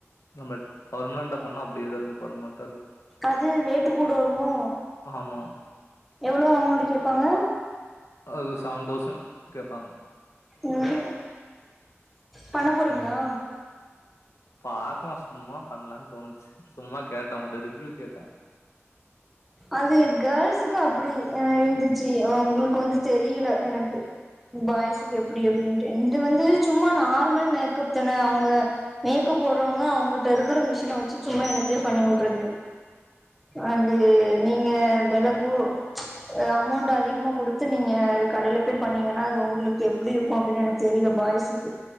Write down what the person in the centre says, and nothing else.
அது ரேட்டு கூட வருமோ
எவ்ளோ அமௌண்ட் கேப்பாங்க
ம் பண்ண போறீங்ளா
அது கேர்ள்ஸுக்கு அப்டி ஆ இந்திச்சி ஒ உங்ளுக்கு வந்து தெரியல எனக் பாய்ஸுக்கு எப்டி அப்டின்ட்டு இது வந்து சும்மா நார்மல் மேக்கப் தான அவுங்க மேக்கப் போட்றவுங்க அவுங்கட்ட இருக்கிற மிஷின வச்சு சும்மா என்னத்தையோ பண்ணி வுட்றது அது நீங்க வெல கூ அமௌண்ட் அதிகமா குடுத்து நீங்க கடையில போய் பண்ணீங்கன்னா அது உங்களுக்கு எப் ப்டி இருக்கு அப்டின் எனக்கு தெரில பாய்ஸுக்கு